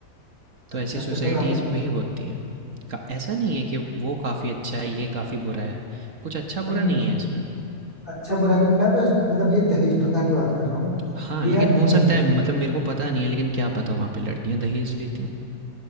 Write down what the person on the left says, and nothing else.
अच्छा
फिर तो काफी
नहीं
नहीं
अच्छा बुरा के मैं बस मतलब ये दहेज प्रथा की बात कर रहा हूँ
ये
यार नहीं
होना
चाहिए